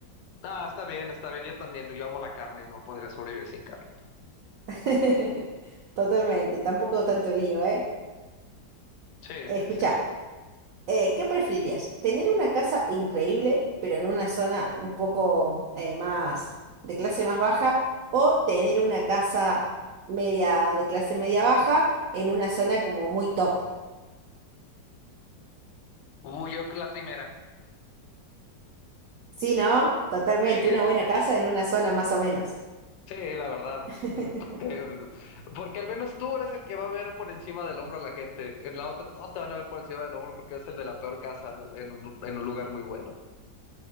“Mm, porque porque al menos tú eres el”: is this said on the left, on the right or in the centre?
Left